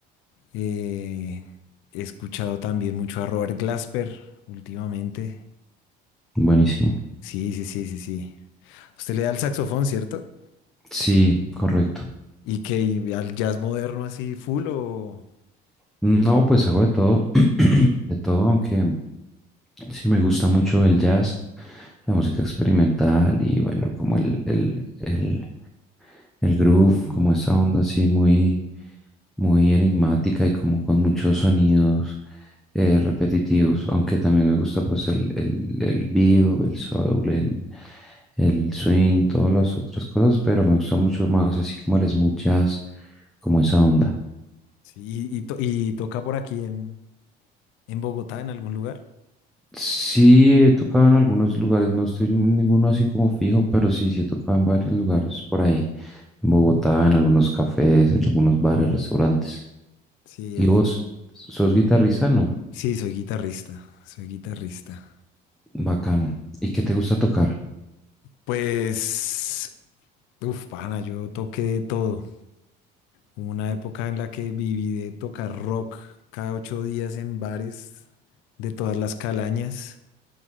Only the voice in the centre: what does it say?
Buenísimo.
Sí, correcto.
No, pues hago de todo, <clears throat> de todo, aunque Sí, me gusta mucho el jazz, la música experimental y bueno, como el, el, el, el groove, como esa onda así muy, muy enigmática y como con muchos sonidos eh, repetitivos, aunque también me gusta pues el, el, el vivo, el soul, el, el swing, todas las otras cosas, pero me gusta mucho más así como el smooth jazz, como esa onda.
Sí, he tocado en algunos lugares, no estoy en ninguno así como fijo, pero sí, sí he tocado en varios lugares por ahí, en Bogotá, en algunos cafés, en algunos bares, restaurantes.
¿Y
vos? ¿Sos guitarrista? No.
Bacano. ¿Y qué te gusta tocar?